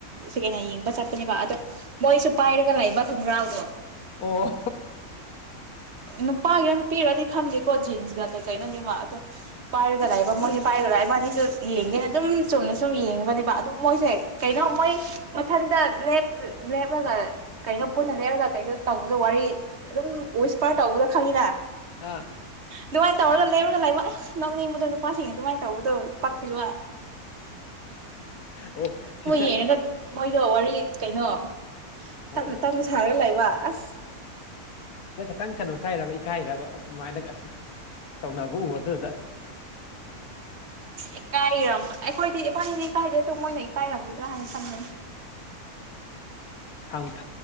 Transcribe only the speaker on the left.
ꯑꯣꯣ
ꯑꯥ
ꯑꯣ ꯁꯤꯁꯥꯒꯤ
ꯑꯣ
ꯑꯣ
ꯈꯤꯇꯪ ꯀꯩꯅꯣ ꯆꯥꯏꯔꯕ ꯏꯀꯥꯏꯔꯕ ꯁꯃꯥꯏꯅꯒ ꯑꯁ ꯇꯧꯅꯕ ꯎꯕꯗꯨꯗ
ꯪ